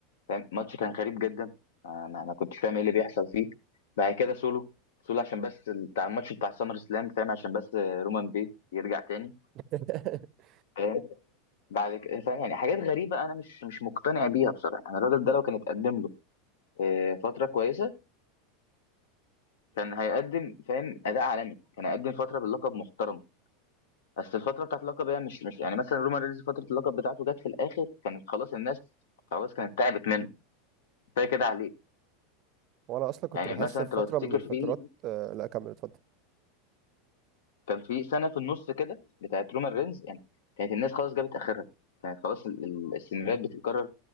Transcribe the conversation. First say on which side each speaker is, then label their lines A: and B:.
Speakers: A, on the left; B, on the right.
A: فاهم ماتش كان غريب جدا انا انا كنتش فاهم ايه اللي بيحصل فيه بعد كده سولو سولو عشان بس بتاع الماتش بتاع سامر سلام فاهم عشان بس آه، رومان بيت يرجع تاني
B: <laughs>
A: فاهم بعد كده فاهم يعني حاجات غريبه انا مش مش مقتنع بيها بصراحه انا الراجل ده لو كان اتقدم له آه، فتره كويسه كان هيقدم فاهم اداء عالمي كان هيقدم فتره باللقب محترم بس الفتره بتاعت اللقب هي مش مش يعني مثلا رومان رينز فتره اللقب بتاعته جت في الاخر كانت خلاص الناس خلاص كانت تعبت منه كفايه كده عليه
B: وانا اصلا كنت
A: يعني
B: بحس
A: مثلا
B: في
A: انت
B: فتره
A: لو تفتكر
B: من الفترات
A: في
B: آه، لا كمل اتفضل
A: كان في سنه في النص كده بتاعت رومان رينز يعني كانت الناس خلاص جابت اخرها كانت خلاص ال- ال- السيناريوهات بتتكرر